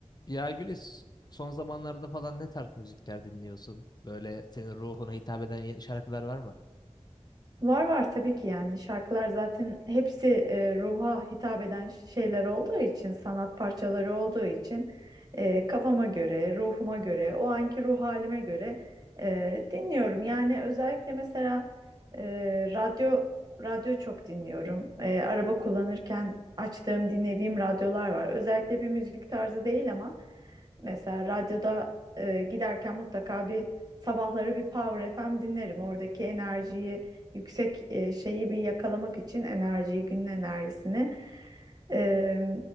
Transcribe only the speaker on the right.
Var var tabii ki yani şarkılar zaten hepsi e, ruha hitap eden şeyler olduğu için sanat parçaları olduğu için e, kafama göre ruhuma göre o anki ruh halime göre e, dinliyorum. Yani özellikle mesela e, radyo radyo çok dinliyorum. E, araba kullanırken açtığım dinlediğim radyolar var. Özellikle bir müzik tarzı değil ama mesela radyoda e, giderken mutlaka bir sabahları bir Power FM dinlerim. Oradaki enerjiyi yüksek e, şeyi bir yakalamak için enerjiyi, günün enerjisini. Ee,